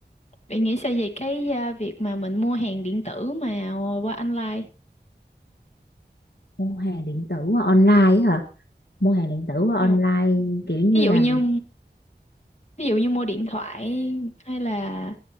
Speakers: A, on the left (about 35°); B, on the left (about 65°).
A: bạn nghĩ sao về cái à, việc mà mình mua hàng điện tử mà qua online
B: mua hàng điện tử qua online á hả mua hàng điện tử qua
A: ví
B: online
A: dụ
B: kiểu như
A: ví
B: làm
A: dụ như ví dụ như mua điện thoại hay là